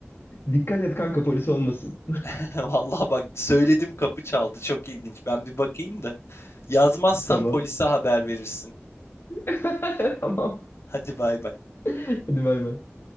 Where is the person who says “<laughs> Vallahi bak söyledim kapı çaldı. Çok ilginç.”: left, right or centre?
Left